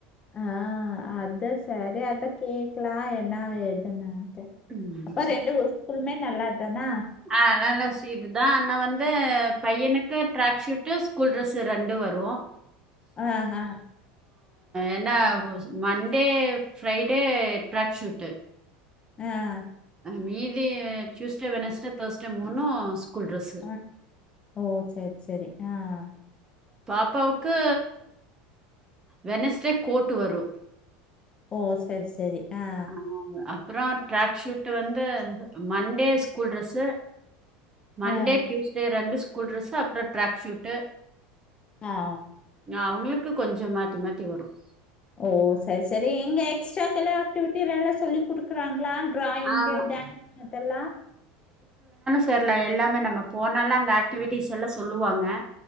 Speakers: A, on the left; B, on the right.
A: ஆஹ் அத சரி அத கேட்க்லாம் என்ன ஏதுன்னு
B: ம்
A: அப்ப ரெண்டு ஸ்குலுமே நல்லா சர்தா
B: ஆஹ் நல்ல சீட்டு தான் ஆனா வந்து பையனுக்கு ட்ராக் ஷூட்டு் ஸ்கூல் டிரஸ்ஸு ரெண்டும் வரும்
A: ஆஹ் ஆஹ்
B: என்ன மண்டே ஃப்ரைடே டராக் ஷூட்டு
A: ஆஹ்
B: மீதி டியூஸ்டே வெனஸ்டே தர்ஸ்டே மூணும் ஸ்கூல் ட்ரெஸ்
A: ஆஹ் ஓ சரி சரி ஆஹ்
B: பாப்பாவுக்கு வெனஸ்டே கோட்டு வரும்
A: ஓ சரி சரி ஆ
B: ஹ அப்புறம் ட்ராக் ஷூட் வந்து மண்டே ஸ்கூல் டிரெஸ்ஸு மண்டே
A: ஆ
B: டயூஸ்டே ரெண்டு ஸ்கூல் டிரெஸ்ஸு அப்புறம் ட்ராக் ஷூட்டு
A: ஆஹ்
B: அவங்களுக்கு கொஞ்சம் மாத்தி மாத்தி வரும்
A: ஓ சரி சரி எங்க எக்ஸ்ட்டா எல்லா ஆக்டிவிட்டி நல்லா சொல்லிடுக்குறாங்களா டிராயிங்கு
B: ஆமாம்
A: டான்ஸு அதெல்லாம்
B: தெர்ல எல்லாமே நம்ம போனாத் அந்த ஆக்டிவிட்டிஸ் எல்லாம் சொல் சொல்லுவாங்க